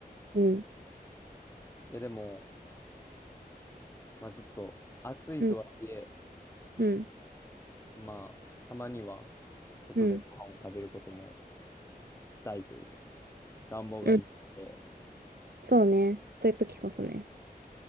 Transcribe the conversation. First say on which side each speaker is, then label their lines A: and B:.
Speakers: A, on the right (about 75°); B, on the left (about 15°).
A: うん。
B: いや、でも、まあちょっと、暑いとはいえ、
A: うん。うん。
B: まあ、たまには、外でご飯を食べることも
A: うん。
B: したいという願望がありまして、
A: うん。そうね。そういう時こそね。